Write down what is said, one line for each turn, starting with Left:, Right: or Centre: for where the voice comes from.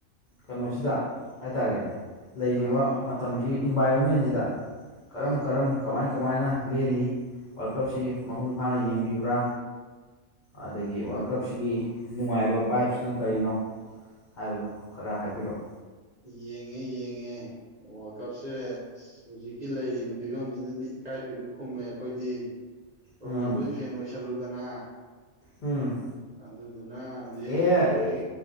Left: ꯀꯩꯅꯣꯁꯤꯗ ꯍꯥꯏꯇꯥꯔꯦꯅꯦ ꯂꯩꯔꯤꯕ
Right: ꯑꯥ
Left: ꯃꯇꯝꯁꯤꯒꯤ ꯏꯟꯚꯥꯏꯔꯣꯟꯃꯦꯟꯁꯤꯗ
Right: ꯑꯥ
Left: ꯀꯔꯝ ꯀꯔꯝ ꯀꯃꯥꯏꯅ ꯀꯃꯥꯏꯅ ꯂꯦꯜꯂꯤ ꯋꯥꯔꯜ ꯀꯞꯁꯤ ꯃꯄꯨꯡ ꯐꯥꯅ ꯌꯦꯡꯕꯤꯕ꯭ꯔꯥ ꯑꯗꯒꯤ
Right: ꯑꯩꯈꯣꯏ
Left: ꯋꯥꯔꯜ ꯀꯞ ꯁꯤꯒꯤ ꯅꯨꯡꯉꯥꯏꯕ ꯕꯥꯏꯞꯁꯤꯅ ꯀꯔꯤꯅꯣ ꯍꯥꯏꯕꯗꯨ ꯈꯔ ꯍꯥꯏꯕꯤꯔꯛꯑꯣ
Right: ꯌꯦꯡꯉꯦ ꯌꯦꯡꯉꯦ ꯋꯥꯔꯜ ꯀꯞꯁꯦ ꯍꯧꯖꯤꯛꯀꯤ ꯂꯩꯔꯤꯕ ꯐꯤꯕꯝꯁꯤꯗꯗꯤ ꯏꯀꯥꯏ ꯐꯤꯔꯨꯛ ꯈꯨꯝꯃꯦ ꯑꯩꯈꯣꯏꯗꯤ ꯔꯣꯅꯥꯜꯗꯣ
Left: ꯎꯝ
Right: ꯐꯦꯟ ꯑꯣꯏꯁꯜꯂꯨꯗꯅ
Left: ꯎꯝ
Right: ꯑꯗꯨꯗꯨꯅ ꯍꯧꯖꯤꯛ
Left: ꯑꯦ